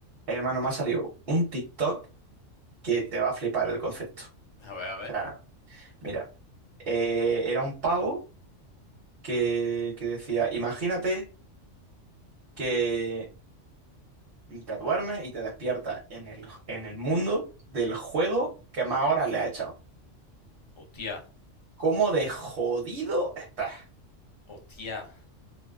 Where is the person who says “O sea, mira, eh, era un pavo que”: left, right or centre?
Right